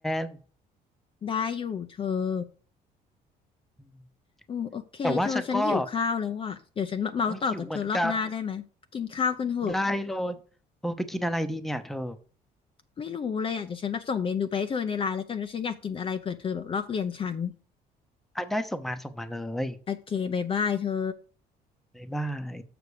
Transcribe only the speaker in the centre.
น
อืม
แต่ว่าฉันก็โอ้ยหิวเหมือนกัน ได้เลยโอ้ไปกินอะไรดีเนี่ยเธอ
อ่ะได้ส่งมาส่งมาเลย
บ๊ายบาย